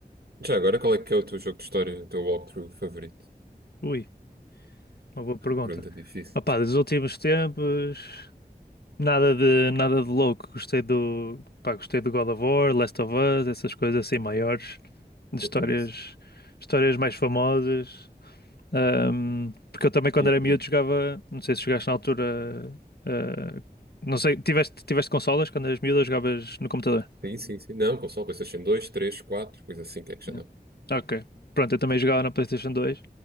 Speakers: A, on the right; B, on the left.
A: Já agora, qual é que é o teu jogo de história, o teu walkthrough favorito?
B: Ui, uma boa pergunta.
A: Pergunta difícil,
B: Opa, dos últimos tempos, nada de, nada de louco. Gostei do, pá, gostei do God of War, Last of Us, essas coisas assim maiores, de
A: o
B: histórias,
A: famoso.
B: histórias mais famosas. Ahm, porque eu também, quando
A: Uhum.
B: era miúdo, jogava. Não sei se jogaste na altura. ah, não sei, tiveste, tiveste consolas quando eras miúdo ou jogavas no computador?
A: Sim, sim, sim. Não, console, PlayStation 2, 3, quatro, coisa assim, que é que já
B: Yeah.
A: não.
B: Ok. Pronto, eu também jogava na PlayStation dois